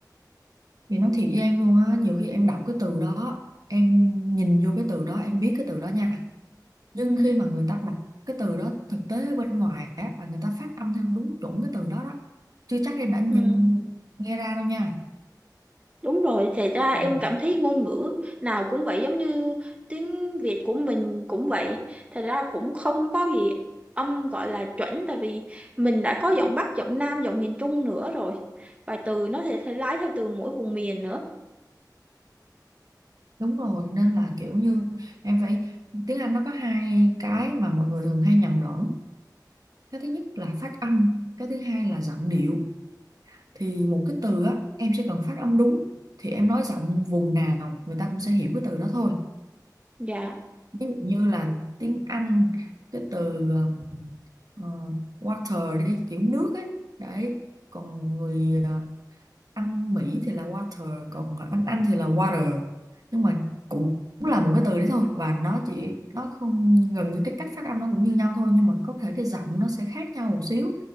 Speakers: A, on the right; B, on the right.
A: thì nói thiệt với em luôn á nhiều khi em đọc cái từ đó em nhìn vô cái từ đó em biết cái từ đó nha nhưng
B: ừ.
A: khi mà người ta đọc cái từ đó thực tế ở bên ngoài á và người ta phát âm theo đúng chuẩn cái từ đó đó chưa chắc em đã nhìn
B: Ừ.
A: nghe ra đâu nha
B: Đúng rồi, thì ra
A: Ồ.
B: em cảm thấy ngôn ngữ nào cũng vậy, giống như tiếng Việt của mình cũng vậy. Thật ra cũng không có gì âm gọi là chuẩn, tại vì mình đã có giọng Bắc, giọng Nam, giọng miền Trung nữa rồi. Và từ nó sẽ, sẽ lái theo từ mỗi vùng miền nữa.
A: đúng rồi nên là kiểu như em phải tiếng Anh nó có hai cái mà mọi người thường hay nhầm lẫn cái thứ nhất là phát âm cái thứ hai là giọng điệu thì một cái từ á em chỉ cần phát âm đúng thì em nói giọng vùng nào người ta cũng sẽ hiểu cái từ đó thôi
B: Dạ.
A: ví dụ như là tiếng Anh cái từ ờ, ờ, water đi kiểu nước ấy đấy còn người ờ, anh Mỹ thì là water còn anh Anh thì là water nhưng mà cũng là một cái từ đấy thôi và nó chỉ nó không gần như cái cách phát âm nó cũng như nhau thôi nhưng mà có thể cái giọng nó sẽ khác nhau một xíu